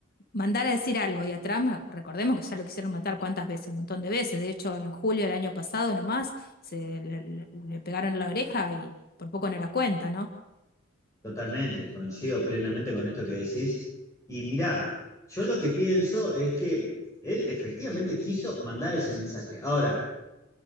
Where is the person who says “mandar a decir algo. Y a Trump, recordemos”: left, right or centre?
Left